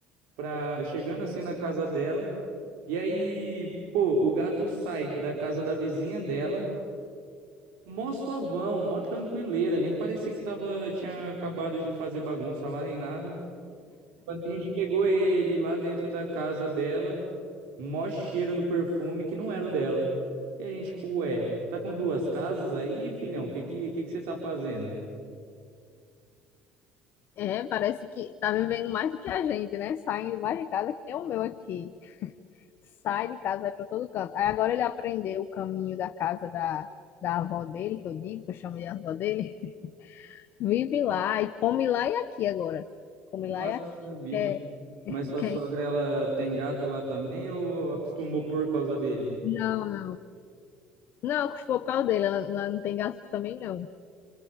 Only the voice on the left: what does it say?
É, parece que tá vivendo mais do que a gente, né? Saindo mais de casa que nem o meu aqui. Sai de casa, vai pra todo canto. Aí agora ele aprendeu o caminho da casa da, da avó dele, que eu digo, que eu chamo de avó dele. Vive lá e come lá e aqui agora. Come
lá e aqui.
É,
que-
Não, não. Não, custou por causa dele. Ela, ela não tem gasto também, não.